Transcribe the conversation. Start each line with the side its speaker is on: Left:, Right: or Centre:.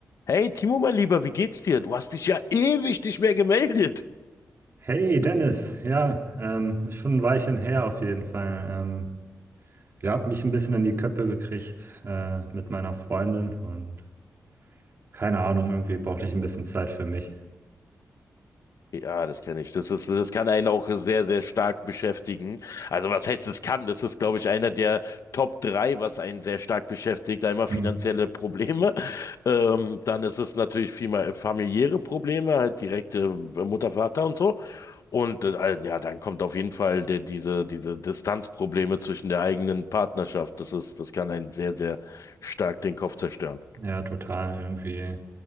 Left: Hey, Timo, mein Lieber, wie geht's dir? Du hast dich ja ewig nicht mehr gemeldet.
Right: Hey Dennis, ja, ähm, ist schon ein Weilchen her auf jeden Fall. Ähm, ihr habt mich ein bisschen in die Köpfe gekriegt äh, mit meiner Freundin und keine Ahnung, irgendwie brauchte ich ein bisschen Zeit für mich.
Left: Ja, das kenne ich. Das ist, das kann einen auch sehr, sehr stark beschäftigen. Also was heißt das kann? Das ist, glaube ich, einer der Top drei, was einen sehr stark beschäftigt. Einmal finanzielle
Right: Hm.
Left: Probleme, <laughs> ähm, dann ist es natürlich viel mal äh, familiäre Probleme, halt direkte äh, Mutter, Vater und so. Und äh, ja, dann kommt auf jeden Fall der, diese, diese Distanzprobleme zwischen der eigenen Partnerschaft. Das ist, das kann einen sehr, sehr stark den Kopf zerstören.
Right: Ja, total. Irgendwie